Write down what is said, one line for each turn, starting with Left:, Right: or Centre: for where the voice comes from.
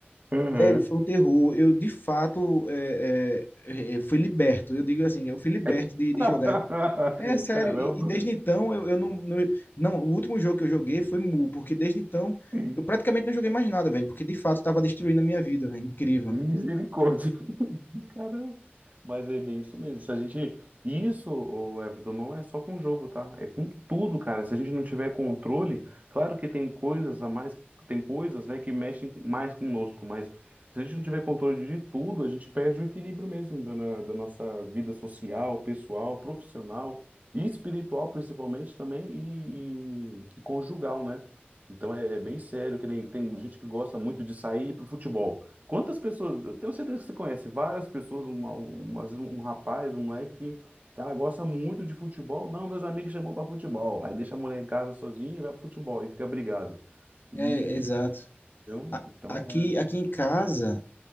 Right: Uhum.
Left: velho, foi um terror. Eu de fato é, é, é, fui liberto. Eu digo assim, eu fui liberto
Right: <laughs>
Left: de, de jogar. É sério,
Right: Caramba.
Left: e, e desde então eu, eu não, não. Não, o último jogo que eu joguei foi Mu, porque desde então
Right: Sim.
Left: eu praticamente não joguei mais nada, velho, porque de fato tava destruindo a minha vida, velho. Incrível.
Right: Misericórdia. Caramba. Mas é bem isso mesmo. Se a gente. e Isso, ô Everton, não é só com jogo, tá? É com tudo, cara. Se a gente não tiver controle, claro que tem coisas a mais, tem coisas, né, que mexem mais conosco, mas se a gente não tiver controle de tudo, a gente perde o equilíbrio mesmo da, na- da nossa vida social, pessoal, profissional e espiritual, principalmente também, e, e- e conjugal, né? Então é, é bem sério, que nem tem gente que gosta muito de sair para o futebol. Quantas pessoas, eu tenho certeza que você conhece várias pessoas, uma, um, às vezes um rapaz, um moleque que, cara, gosta muito de futebol. Não, meus amigos chamam pra futebol. Aí deixa a mulher em casa sozinha e vai pro futebol e fica brigado. E
Left: É, exato.
Right: eu,
Left: A-
Right: então,
Left: Aqui,
Right: é...
Left: aqui em casa.